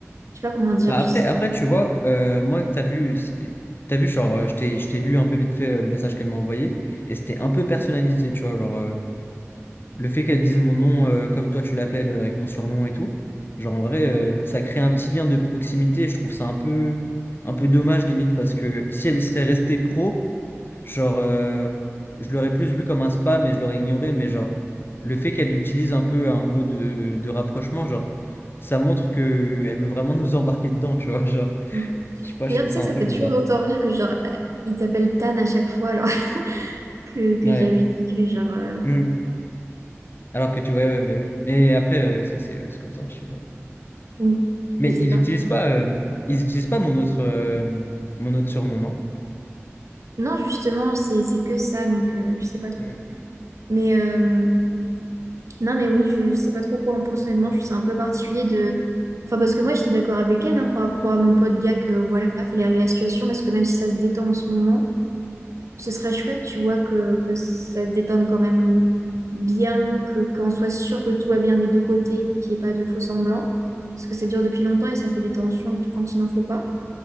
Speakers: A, on the right; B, on the left.
A: sais pas comment dire.
B: Bah
A: je
B: après,
A: sais-
B: après, tu vois, euh, moi, t'as vu, c'est- t'as vu, genre, euh, je t'ai, je t'ai lu un peu vite fait euh, le message qu'elle m'a envoyé, et c'était un peu personnalisé, tu vois, genre, le fait qu'elle dise mon nom euh, comme toi tu l'appelles euh, avec mon surnom et tout, genre en vrai, euh,
A: Mm,
B: ça crée un petit lien de proximité. Je trouve ça un peu, un peu dommage limite parce que si elle serait restée pro, genre euh, je l'aurais plus vu comme un spam et je l'aurais ignoré, mais genre le fait qu'elle utilise un peu un mot de, de rapprochement, genre ça montre que elle veut vraiment nous <laughs> embarquer dedans, tu vois. <laughs> Genre,
A: mm.
B: je sais pas,
A: D'ailleurs,
B: je trouve
A: tu
B: ça
A: sais que
B: un
A: ça
B: peu
A: fait
B: bizarre.
A: toujours autant rire que genre, euh, il t'appelle Tan à chaque fois, alors <laughs> que, que
B: Ouais.
A: j'avais dit que genre, euh,
B: Mm. Alors que tu, ouais, ouais, mais oui. Mais après, euh, ça c'est ouais, c'est comme ça, je sais pas.
A: mm,
B: Mais
A: je sais
B: ils
A: pas.
B: utilisent pas, euh, ils utilisent pas mon autre, euh, mon autre surnom, non?
A: Non, justement, c'est c'est que ça, donc euh, je sais pas trop.
B: Mm.
A: Mais euh, non, mais oui, je, je sais pas trop quoi en penser honnêtement. Je suis un peu particulier de. Enfin, parce que moi, j'étais d'accord avec elle hein, par rapport à mon pote gars que voilà, fallait régler la situation parce que même si ça se détend en ce moment, ce serait chouette, tu vois, que, que ça se détende quand même bien, que qu'on soit sûr que tout va bien des deux côtés, qu'il n'y ait pas de faux semblants. Parce que ça dure depuis longtemps et ça fait des tensions quand il n'en faut pas.